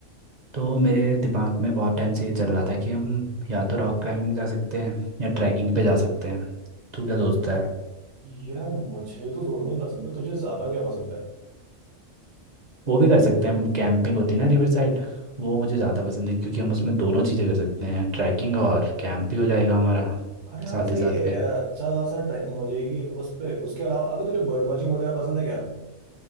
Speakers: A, on the right; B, on the right.
A: तो मेरे दिमाग में बहुत टाइम से ये चल रहा था कि हम या तो रॉक क्लाइंबिंग जा सकते हैं या ट्रैकिंग पे जा सकते हैं तू क्या सोचता है
B: यार मुझे तो दोनों ही पसंद है तुझे ज्यादा क्या पसंद है
A: वो भी कर सकते हैं हम कैंपिंग होती है ना रिवर साइड वो मुझे ज़्यादा पसंद है क्योंकि हम उसमें दोनों चीज़ें कर सकते हैं ट्रैकिंग और कैंप भी हो जाएगा हमारा
B: अरे हाँ
A: साथ
B: सही
A: ही साथ
B: है
A: पे
B: यार अच्छा खासा ट्रैकिंग हो जाएगी उस पे उसके अलावा अबे तुझे बर्ड वॉचिंग वगैरह पसंद है क्या